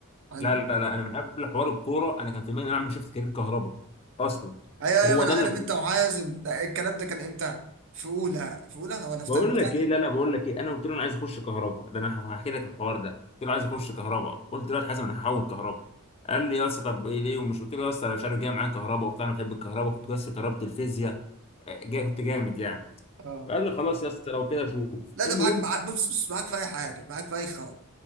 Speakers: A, on the right; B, on the left.
A: عندي
B: لا لا لا انا من قبل حوار الكوره انا كان في دماغي ان انا اعمل شفت كارير كهرباء اصلا
A: ايوه
B: وهو
A: ايوه ما انا
B: ده
A: عارف
B: اللي
A: انت وحازم ده الكلام ده كان امتى في اولى في اولى ولا في
B: بقول
A: تانية في
B: لك
A: تانية
B: ايه لا لا بقول لك ايه انا قلت له انا عايز اخش كهرباء ده انا هحكي لك الحوار ده قلت له عايز اخش كهرباء قلت له يا حازم انا هحول كهرباء قال لي يا اسطى طب ايه ليه ومش قلت له يا اسطى انا مش عارف جاي معايا كهرباء وبتاع انا بحب الكهرباء كنت بس في كهرباء الفيزياء آه، جاي كنت جامد يعني
A: اه
B: فقال لي خلاص يا اسطى لو كده شوف
A: لا ده
B: المهم
A: معاك معاك بص بص معاك في اي حاجه معاك في اي خرا